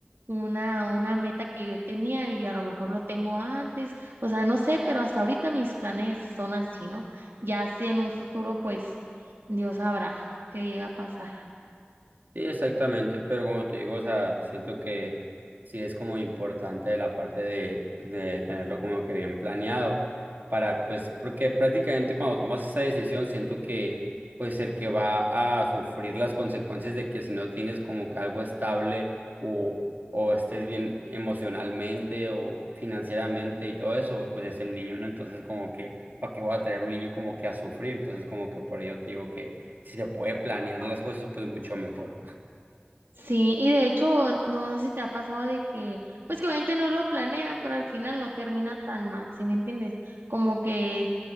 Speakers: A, on the right; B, on the right.
A: una, una meta que yo tenía y a lo mejor lo tengo antes, o sea, no sé, pero hasta ahorita mis planes son así, ¿no? Ya sé en un futuro, pues Dios sabrá qué llega a pasar.
B: Sí, exactamente, pero como te digo, o sea, siento que sí es como importante la parte de, de tenerlo como que bien planeado para, pues, porque prácticamente cuando tomas esa decisión, siento que, pues, el que va a sufrir las consecuencias de que si no tienes como que algo estable o, o estés bien emocionalmente o financieramente y todo eso, pues es el niño, ¿no? Entonces, como que, ¿para qué voy a traer un niño como que a sufrir? Entonces, como que por ello te digo que si se puede planear las cosas, pues mucho mejor. pues.
A: Sí, y de hecho, no sé si te ha pasado de que, pues que obviamente no lo planean, pero al final no termina tan mal, ¿sí me entiendes? Como que